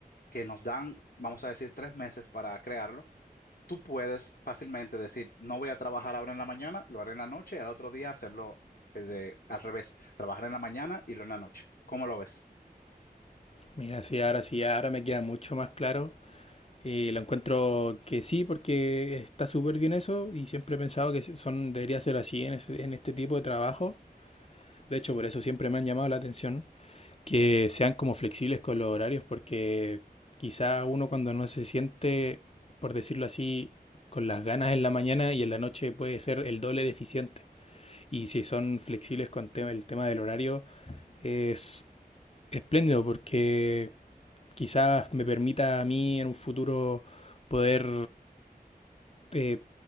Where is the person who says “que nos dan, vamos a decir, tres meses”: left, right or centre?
Left